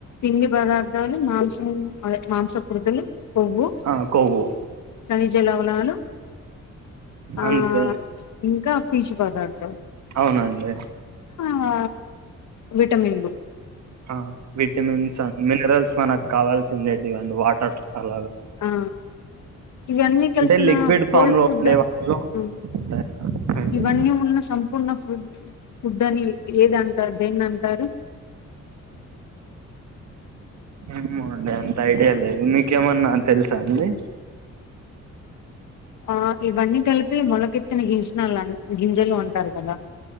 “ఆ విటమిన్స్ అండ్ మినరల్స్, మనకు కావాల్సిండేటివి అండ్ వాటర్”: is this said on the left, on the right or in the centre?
Right